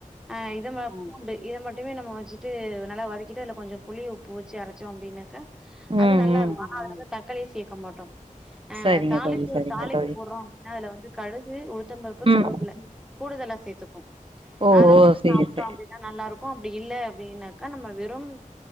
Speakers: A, in the centre; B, on the right.
A: ஆ இது பூண்டு இத மட்டுமே நம்ம வச்சு ட்டு நல்லா வதக்கிட்டு அதுல கொஞ்ஜோ புளி உப்பு வச்சு அரச்சோ அப்டின்னாக்கா
B: ம்
A: அது நல்லா
B: ம்
A: இருக்கும் தக்காளிய சேக்க மாட்டோம் அ
B: சரிங்க
A: தாளிப்பு
B: தோழி சரிங்க
A: தாளிப்பு
B: தோழி
A: போட்றோம் நா அதுல வந்து கடுகு உளுத்தம்பருப்பு
B: ம்
A: கருவேப்பிள்ள கூடுதலா சேத்துப்போ
B: ஓ
A: அத
B: ஓ
A: போட்டு
B: சரி
A: சாப்ட்டோம்
B: சரி
A: அப்டி னா நல்லா இருக்கும் அப்டி இல்ல அப்டின்னாக்கா நம்ம வெறும்